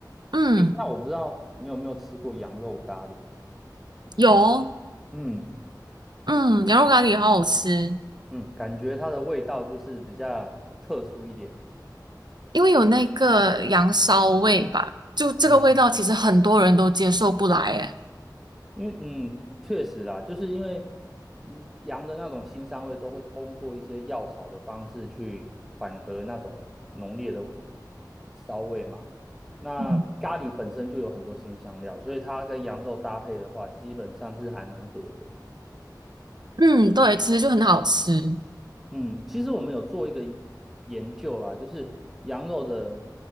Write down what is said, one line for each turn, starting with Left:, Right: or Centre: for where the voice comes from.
Right: 嗯，
Centre: 诶，那我不知道你有没有吃过羊肉咖喱？
Right: 有哦
Centre: 嗯
Right: 嗯，羊肉咖喱好好吃，
Centre: 嗯，感觉它的味道就是比较特殊一点。
Right: 因为有那个羊骚味吧，就这个味道其实很多人都接受不来，
Centre: 哦
Right: 诶。
Centre: 因为嗯，确实啦，就是因为嗯羊的那种腥膻味都会通过一些药草的方式去缓和那种浓烈的骚味嘛。那咖喱本身就有很多辛香料，
Right: 嗯，
Centre: 所以它跟羊肉搭配的话，基本上是还蛮合的。
Right: 嗯对，其实就很好吃。
Centre: 嗯，其实我们有做一个研研究啦，就是羊肉的